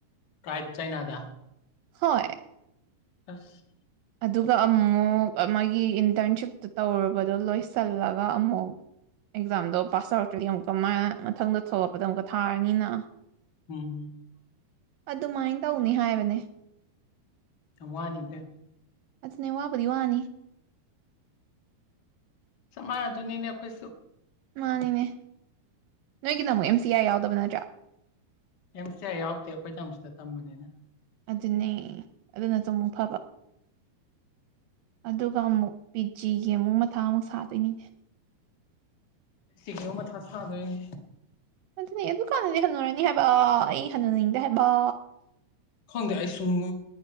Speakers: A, on the left (about 55°); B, on the right (about 80°).
A: ꯀꯥꯏ ꯆꯥꯏꯅꯅꯥꯗ
B: ꯍꯣꯏ
A: ꯑꯁ
B: ꯑꯗꯨꯒ ꯑꯃꯨꯛ ꯃꯥꯒꯤ ꯏꯟꯇꯔꯟꯁꯤꯞꯇ ꯇꯧꯔꯨꯕꯗꯣ ꯂꯣꯏꯁꯤꯜꯂꯒ ꯑꯃꯨꯛ ꯑꯦꯛꯖꯥꯝꯗꯣ ꯄꯥꯁ ꯑꯥꯎꯠꯇ꯭ꯔꯗꯤ ꯑꯃꯨꯛꯀ ꯀ ꯃꯥꯏꯅ ꯃꯊꯪꯗ ꯊꯣꯛꯂꯛꯄꯗ ꯑꯃꯨꯛꯀ ꯊꯥꯔꯅꯤꯅ
A: ꯎꯝ
B: ꯑꯗꯨꯃꯥꯏꯅ ꯇꯧꯅꯤ ꯍꯥꯏꯕꯅꯦ
A: ꯋꯥꯅꯤ ꯄꯦ
B: ꯑꯗꯨꯅꯦ ꯋꯥꯕꯨꯗꯤ ꯋꯥꯅꯤ
A: ꯁꯃꯥꯅ ꯑꯗꯨꯅꯤꯅꯦ ꯑꯩꯈꯣꯏꯁꯨ
B: ꯃꯥꯅꯤꯅꯦ ꯅꯣꯏꯒꯤꯅ ꯑꯃꯨꯛ ꯑꯦꯝ ꯁꯤ ꯑꯥꯏ ꯌꯥꯎꯗꯕ ꯅꯠꯇ꯭ꯔꯥ
A: ꯑꯦꯝ ꯁꯤ ꯑꯥꯏ ꯌꯥꯎꯗꯦ ꯑꯩꯈꯣꯏ ꯆꯪꯁꯤꯗ ꯇꯝꯕꯅꯤꯅ
B: ꯑꯗꯨꯅꯦ ꯑꯗꯨꯅꯁꯨ ꯑꯃꯨꯛ ꯐꯕ ꯑꯗꯨꯒ ꯑꯃꯨꯛ ꯄꯤꯖꯤꯒꯤ ꯑꯃꯨꯛ ꯃꯊꯥ ꯑꯃꯨꯛ ꯁꯥꯗꯣꯏꯅꯤꯅꯦ
A: ꯁꯤꯒ ꯑꯃ ꯃꯊꯥ ꯁꯥꯗꯣꯏꯅꯦ
B: ꯑꯗꯨꯅꯤ ꯑꯗꯨ ꯀꯥꯟꯗꯗꯤ ꯍꯟꯅꯨꯔꯅꯤ ꯍꯥꯏꯕ ꯑꯩ ꯍꯟꯅꯅꯤꯡꯗꯦ ꯍꯥꯏꯕ
A: ꯈꯪꯗꯦ ꯑꯩ ꯁꯨꯝ